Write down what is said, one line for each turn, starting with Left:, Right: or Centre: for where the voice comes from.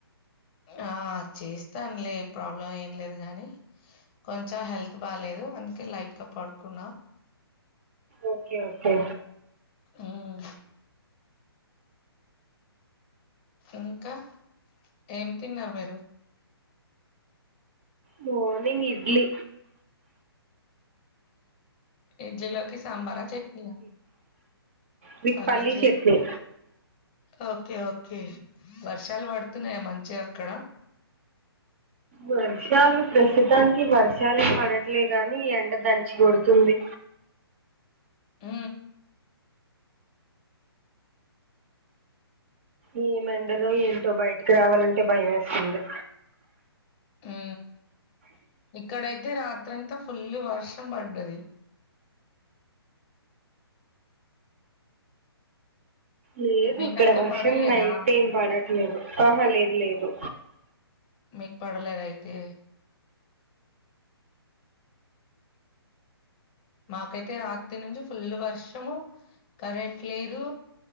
Left: ఆ చేస్తానులే ప్రాబ్లం ఏం లేదు కాగానీ కొంచెం హెల్త్ బాలేదు అందుకే లైట్ గా పడుకున్నా.
Right: ఓకే ఓకే
Left: ఉమ్. ఇంకా ఏం తిన్నారు మీరు.
Right: మోర్నింగ్ ఇడ్లీ
Left: ఇడ్లీ లోకి సాంబారా చట్నీయా
Right: మీకు
Left: పల్లీ
Right: పల్లి
Left: చట్నీ
Right: చెట్టును
Left: ఓకే ఓకే వర్షాలు పడుతున్నాయా మంచిగా అక్కడ.
Right: వర్షాలు ప్రస్తుతానికి వర్షాలే పడట్లే గాని ఎండ దంచి కొడుతుంది.
Left: అ
Right: ఏ ఎండలో ఏంటో బయటకి రావాలంటే భయమేస్తుంది.
Left: ఉ ఇక్కడైతే రాత్రంతా ఫుల్ వర్షం పడ్డది
Right: లేదు
Left: మీకైతే
Right: ఇక్కడ వర్షం
Left: పడలేదా
Right: అయితే ఏం పడట్లేదు ఆహా లేదు లేదు
Left: మీకు పడలేద అయితే మాకైతే రాత్రి నుంచి ఫుల్ వర్షము కరెంట్ లేదు